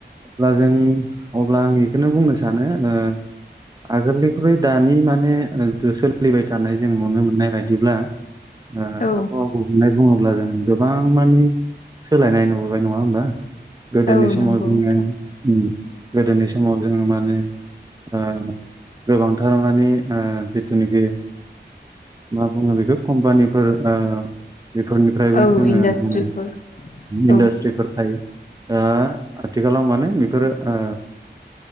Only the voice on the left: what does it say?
औ
औ
नंगौ
नोंथां
औ
इन्डास्ट्रिफोर
औ